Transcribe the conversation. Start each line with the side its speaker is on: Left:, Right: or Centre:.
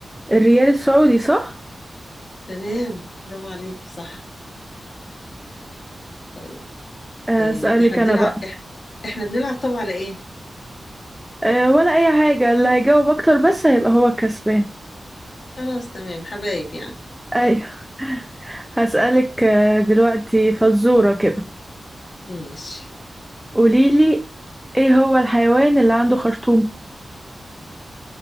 Centre: الريال السعودي صح
Left: تمام برافو عليكي صح طيب
Centre: اسألك
Left: إيه احنا بنلعب
Centre: انا بقى
Left: إح... احنا بنلعب طبعا على ايه
Centre: أه ولا أي حاجة اللي هيجاوب أكتر بس هيبقى هو الكسبان
Left: خلاص تمام حبايب يعني
Centre: أيوة <laughs> هسألك آه، دلوقتي فزورة كده
Left: ماشي
Centre: قوليلي إيه هو الحيوان اللي عنده خرطوم